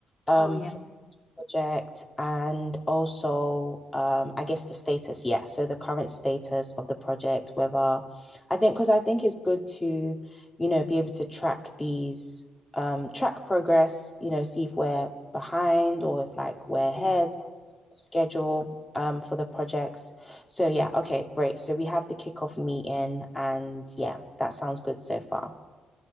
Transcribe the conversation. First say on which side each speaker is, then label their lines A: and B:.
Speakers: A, on the left; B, on the left.
A: um,
B: Oh, yeah.
A: for project and also um I guess the status, yeah. So the current status of the project, whether I think because I think it's good to, you know, be able to track these um track progress, you know, see if we're behind or if like we're ahead
B: Yeah.
A: schedule um for the projects. So yeah, okay, great. So we have the kickoff meeting and yeah, that sounds good so far.